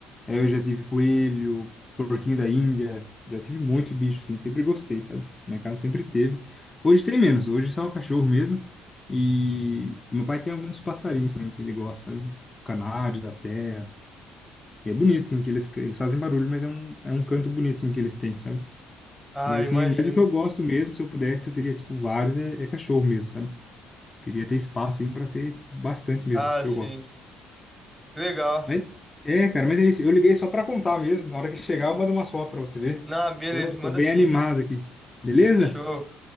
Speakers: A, on the left; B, in the centre.
A: Aí eu já tive coelho, porquinho da Índia, já tive muito bicho, sim. Sempre gostei, sabe? Minha casa sempre teve. Hoje tem menos, hoje só é o cachorro mesmo. E meu pai tem alguns passarinhos também que ele gosta, sabe? O Canário da terra. E é bonito, sim, que eles, eles fazem barulho, mas é um, é um canto bonito, sim, que eles têm, sabe?
B: Ah,
A: Mas,
B: eu imagino.
A: assim, mas o que eu gosto mesmo, se eu pudesse, eu teria, tipo, vários, é, é cachorro mesmo, sabe? Queria ter espaço, assim, pra ter, tipo, bastante mesmo,
B: Ah,
A: que
B: sim.
A: eu gosto.
B: Legal.
A: Mas, é, cara, mas é isso. Eu liguei só pra contar mesmo. Na hora que chegar, eu mando uma foto pra você ver.
B: Não, beleza,
A: Tô, tô
B: manda
A: bem
B: sim.
A: animado aqui. Beleza?
B: Fechou.